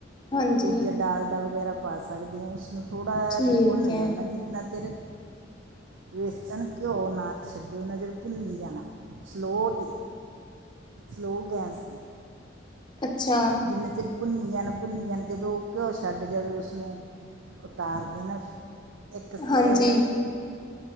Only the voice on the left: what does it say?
ਹਾਂਜੀ
ਠੀਕ
ਐ।
ਅੱਛਾ।
ਹਾਂਜੀ,